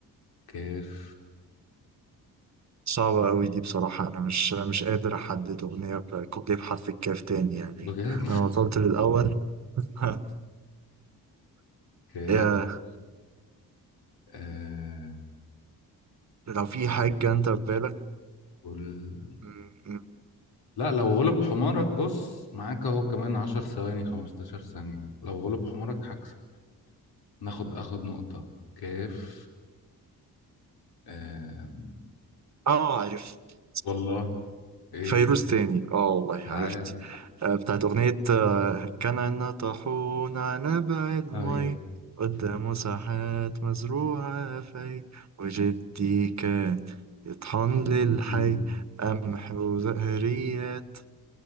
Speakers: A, on the left (about 75°); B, on the right (about 45°).
A: كيف
B: صعبة أوي دي بصراحة أنا مش مش قادر أحدد أغنية ب- كوبليه بحرف الكاف تاني يعني
A: بجد
B: أنا وصلت للأول <laughs>
A: <laughs>
B: يا
A: كيف آه
B: لو في حاجة أنت في
A: كل...
B: بالك
A: لا لو غلب حمارك بص معاك اهو كمان عشر ثواني خمستاشر ثانية لو غلب حمارك هكسب ناخد اخد نقطة كيف آم...
B: اه عرفت
A: والله ايه
B: فيروز تاني اه والله عرفت
A: تعال
B: آه، بتاعت أغنية آه، كان عنا طاحون على بعيد المي
A: ايوه
B: قدامه ساحات مزروعة في وجدي كان يطحن للحي
A: مم.
B: قمح وزهريات